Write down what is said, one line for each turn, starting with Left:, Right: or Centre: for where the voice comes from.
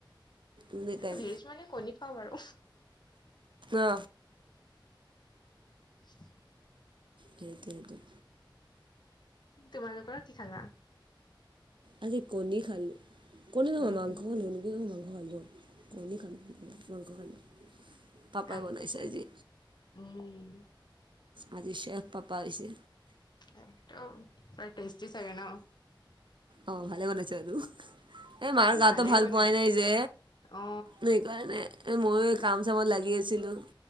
Right: এনি টাইম
Left: ভেজ মানে কণী খাওঁ বাৰু
Right: অ
Left: <unintelligible>
Right: সেইটোৱেতো।
Left: তোমালোকৰ কি খালা।
Right: আজি কণী খালো কণী নহয়
Left: উম
Right: মাংস খালো নেকি মাংস খালো। কণী খালো মাংস খালো। পাপাই
Left: আগ
Right: বনাইছে আজি
Left: উম
Right: আজি চেফ পাপা হৈছে।
Left: একদম পুৰা টেষ্টি চাগে ন।
Right: অ ভালে বনাইছো এইটো মাৰ গাটো
Left: ভালেই
Right: ভাল
Left: বনাই
Right: পোৱাই নাই যে।
Left: অ
Right: সেইকাৰণে ময়ো এই কাম চামত লাগি আছিলোঁ।